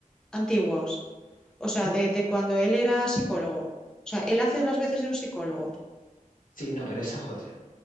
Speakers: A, in the centre; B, on the left (about 75°).
A: antiguos, o sea,
B: ¿no?
A: de, de cuando él era psicólogo. O sea, él hace las veces de un psicólogo.
B: sí, no, pero esa es otra.